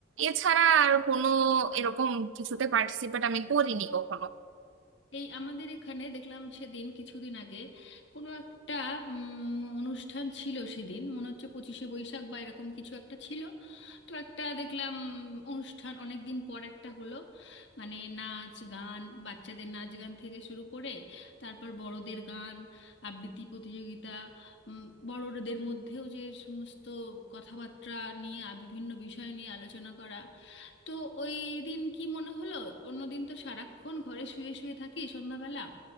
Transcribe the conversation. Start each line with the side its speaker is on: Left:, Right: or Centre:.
Right: এছাড়া আর কোনো এরকম কিছুতে পার্টিসিপেট আমি করিনি কখনো
Left: এই আমাদের এখানে দেখলাম সেদিন কিছুদিন আগে কোনো একটা উম, অনুষ্ঠান ছিল সেদিন মনে হচ্ছে পঁচিশে বৈশাখ বা এরকম কিছু একটা ছিল তো একটা দেখলাম উম, অনুষ্ঠান অনেক দিন পর একটা হলো মানে নাচ গান বাচ্চাদের নাচ গান থেকে শুরু করে তারপর বড়দের গান আবৃত্তি প্রতিযোগিতা উম, বড়দের মধ্যেও যে সমস্ত কথাবার্তা নিয়ে আ- বিভিন্ন বিষয় নিয়ে আলোচনা করা তো ওই দিন কি মনে হলো অন্যদিন তো সারাক্ষণ ঘরে শুয়ে শুয়ে থাকি সন্ধ্যাবেলা